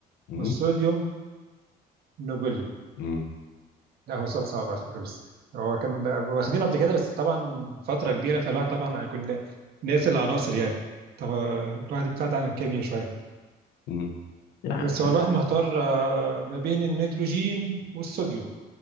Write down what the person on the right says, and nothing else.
والصوديوم نوبل
لا هو سؤال صعب على فكرة بس هو كان واخدينه قبل كده بس طبعا من فترة كبيرة فالواحد طبعا هيكون ناسي العناصر يعني طبعا الواحد ابتعد عن الكيمياء شوية
بس هو الواحد محتار آه، ما بين النيتروجين والصوديوم